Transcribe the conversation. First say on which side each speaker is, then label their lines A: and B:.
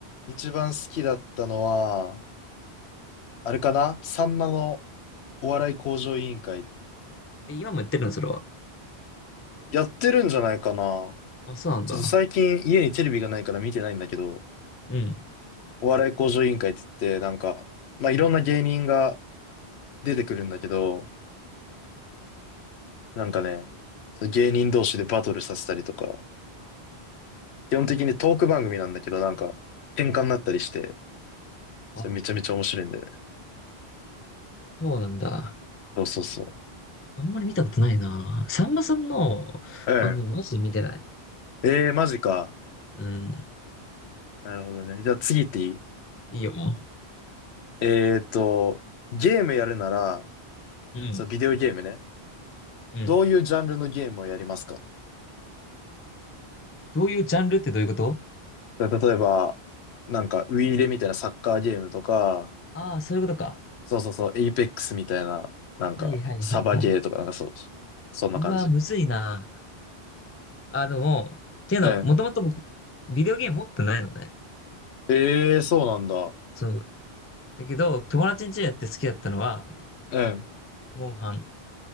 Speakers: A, on the left; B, on the left.
A: 一番好きだったのは、あれかなさんまのお笑い向上委員会。
B: え、今もやってるのそれは。
A: やってるんじゃないかな。ち
B: あ、そうなんだ。
A: ょっと最近家にテレビがないから見てないんだけど、
B: うん。
A: お笑い向上委員会って言って、なんか、まあ、いろんな芸人が出てくるんだけど、なんかね、芸人同士でバトルさせたりとか、基本的にトーク番組なんだけど、なんか、喧嘩になったりして、それめちゃめちゃ面白いんだよね。
B: あ、そうなんだ。
A: そうそうそ
B: あんまり見たことないなぁ。さんまさんの番組マジで見てない。
A: う。うん。ええー、マジか。
B: うん。
A: なるほどね。じゃあ次行っていい
B: いいよ、も
A: えーっと、ゲームやるなら、
B: う。うん。
A: そう、ビデオゲームね。
B: うん。
A: どういうジャンルのゲームをやりますか
B: どういうジャンルってどういうこと
A: だから例えば、なんか、ウイイレみたいなサッカーゲームとか、
B: ああー、そういうことか。
A: そうそうそう、エイペックスみたいな、なんか、
B: はいはいはいはい。
A: サバゲーとか、なんかそう、そんな感じ。
B: うわ、むずいなぁ。あの、もう、っていうのは、
A: うん。
B: もともと僕、ビデオゲーム持ってないのね。
A: えー、そうなんだ。
B: そう。だけど、友達ん家でやって好きだったのは、
A: うん。
B: モンハン。